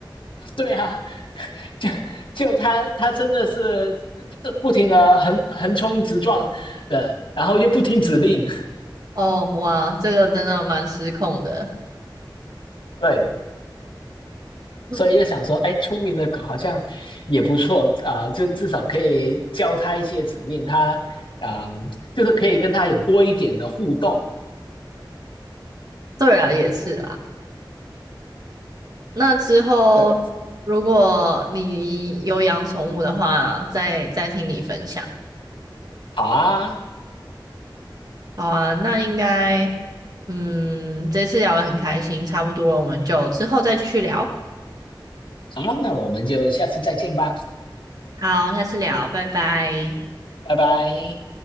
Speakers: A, on the left; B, on the right.
A: 对啊，就就它它真的是不停的横横冲直撞的，然后又不听指令。<laughs>
B: <laughs> 哦，哇，这个真的蛮失控的。
A: 对，
B: <laughs>
A: 所以就想说，哎，聪明的狗好像也不错啊、呃就至少可以教它一些指令，它啊、呃就是可以跟它有多一点的互动。
B: 对啊，也是啦。那之后，
A: 对，
B: 如果你有养宠物的话，再再听你分享。
A: 好啊，
B: 好啊，那应该，嗯，这次聊得很开心，差不多了，我们就之后再继续聊。
A: 好啊，那我们就下次再见吧，
B: 好，下次聊，拜拜。
A: 拜拜。